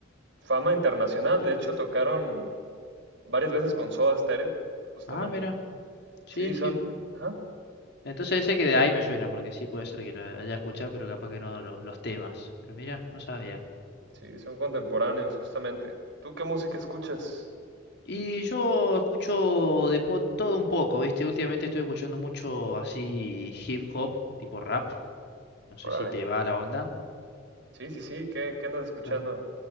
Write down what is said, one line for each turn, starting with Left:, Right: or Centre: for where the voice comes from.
Right: fama internacional, de hecho tocaron varias veces con Soda Stereo, justamente.
Left: Ah, mira. Sí,
Right: Sí,
Left: sí.
Right: son, ajá,
Left: Entonces ese que de ahí me suena, porque sí puede ser que lo haya escuchado, pero capaz que no lo- los temas. Pero mira, no sabía.
Right: sí, son contemporáneos, justamente. ¿Tú qué música escuchas?
Left: Y yo escucho de pod- todo un poco, ¿viste? Últimamente estoy escuchando mucho así hip hop, tipo rap. No sé
Right: Órale.
Left: si te va la onda.
Right: Sí, sí, sí, ¿qué, qué andas escuchando?
Left: Claro.